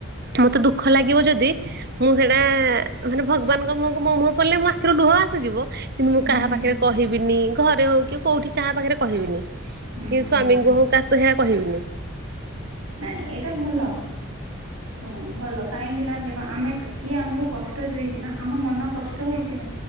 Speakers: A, on the right; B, on the right.
A: ମତେ ଦୁଃଖ ଦୁଃଖ ଲାଗିବ ଯଦି ମୁଁ ସେଇଟା ମାନେ ଭଗବାନଙ୍କ ମୁହଁକୁ ମୋ ମୁହଁ ପଡ଼ିଲେ ମୋ ଆଖିରୁ ଲୁହ ଆସିଯିବ କିନ୍ତୁ ମୁଁ
B: ହୁଁ
A: କାହା
B: ହୁଁ
A: ପାଖରେ କହିବିନି ଘରେ ହଉ କି କୋଉଠି କାହା ପାଖରେ କହିବିନି କି
B: ହୁଁ
A: ସ୍ଵାମୀଙ୍କୁ
B: ହୁଁ ହୁଁ
A: ହଉ କାକୁ ସେ କହିବିନି
B: ନାଇଁ ଏଇଟା ଭଲ । ଶୁଣ ଭଲ, କାହିଁକି ନା ଦେଖ ଆମେ କିଏ ଆମକୁ କଷ୍ଟ ଦେଇଛି ନା, ଆମ ମନ କଷ୍ଟ ହେଇଛି